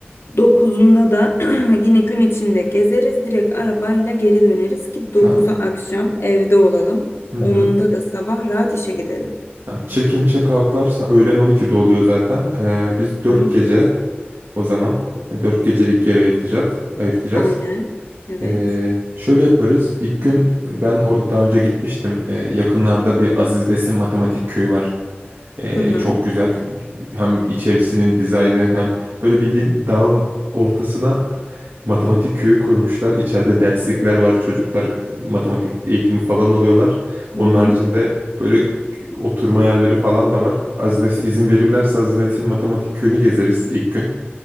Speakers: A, on the left (about 85°); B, on the right (about 80°).
A: Dokuzunda da <clears throat> yine gün içinde gezeriz. Direkt arabayla geri döneriz ki
B: Tamam.
A: dokuza akşam evde olalım.
B: Hı hı.
A: onunda da sabah rahat işe gidelim.
B: Tamam. Check-in, check-out'lar sa- öğlen 12'de oluyor zaten. Ee, biz dört
A: Hı,
B: gece o zaman e, 4 gecelik yere ayırtacağız. ayırtacağız.
A: aynen. Evet.
B: Ee, şöyle yaparız. İlk gün ben o daha önce gitmiştim. Ee, yakınlarda bir Aziz Nesin Matematik Köyü var. Ee,
A: Hı hı.
B: çok güzel. Hem içerisinin dizaynı hem böyle bildiğin dağın ortasına Matematik köyü kurmuşlar. İçeride derslikler var. Çocuklar matematik eğitimi falan alıyorlar. Onun
A: Hı hı.
B: haricinde böyle oturma yerleri falan da var. Hazinesi izin verirlerse hazinetin matematik köyünü gezeriz ilk gün.